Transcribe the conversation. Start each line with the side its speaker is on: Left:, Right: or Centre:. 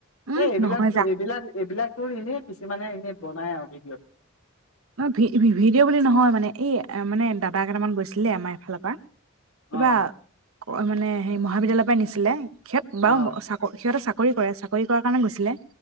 Right: উম
Left: এ এইবিলাক
Right: নহয় যা
Left: এইবিলাক এইবিলাক তোৰ এনেই কিছুমানে এনেই বনাই আৰু ভিডিঅ'টো
Right: অ ভ ভিডঅ' বুলি নহয় মানে এই মানে দাদা কেইটামান গৈছিলে আমাৰ এইফালৰ পৰা কিবা
Left: অঁ
Right: মানে হেৰি মহাবিদ্যালয়ৰ পৰা নিছিলে সহত
Left: অঁ
Right: বা চাক সিহঁতে চাকৰি কৰে চাকৰি কৰাৰ কাৰণে গৈছিলে